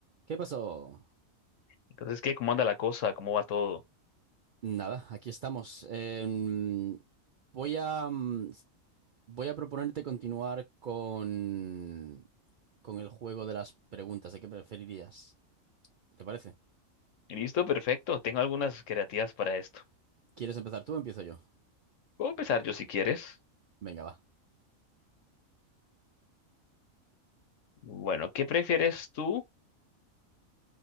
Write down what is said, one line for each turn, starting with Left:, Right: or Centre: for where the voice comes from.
Right: ¿Qué pasó?
Left: Entonces, ¿qué? ¿Cómo anda la cosa? ¿Cómo va todo?
Right: Nada, aquí estamos. Em, voy a, mm, voy a proponerte continuar con, con el juego de las preguntas de qué preferirías. ¿Te parece?
Left: Listo, perfecto. Tengo algunas creativas para esto.
Right: ¿Quieres empezar tú o empiezo yo?
Left: Puedo empezar yo si quieres.
Right: Venga, va.
Left: Bueno, ¿qué prefieres tú?